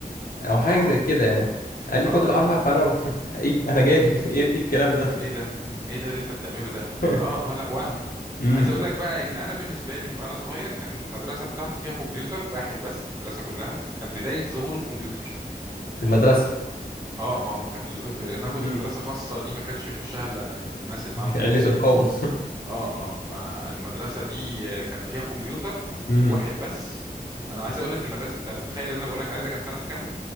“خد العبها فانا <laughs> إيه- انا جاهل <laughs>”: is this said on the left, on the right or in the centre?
Left